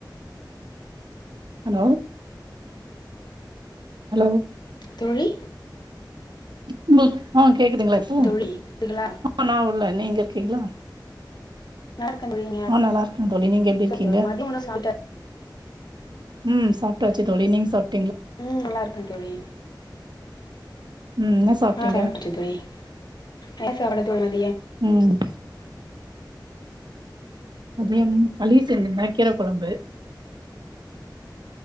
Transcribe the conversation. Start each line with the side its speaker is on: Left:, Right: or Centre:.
Right: ஹலோ ஹலோ
Left: தோழி
Right: <unintelligible> கேக்குதுங்ளா இப்போ
Left: தோழி இருக்கீங்களா
Right: <unintelligible> நா இல்ல நீங்க இருக்கிங்ளா
Left: நல்லா இருக்கேன் தோழி நீங்க
Right: ஆ நல்லாருக்க தோழி நீங்க எப்டி
Left: சரி
Right: இருக்கீங்க
Left: தோழி மதிய உணவு சாப்பிட்ட
Right: ம் சாப்டாச்சு தோழி நீங்க சாப்
Left: ம் நல்லாருக்கே தோழி
Right: ம் என்ன சாப்ட்டீங்க
Left: ஆ சாப்ட்டுட்ட தோழி என்ன சாப்பாடு தோழி ம
Right: ம் மதியானம் களி செஞ்சிந்த கீர கொழம்பு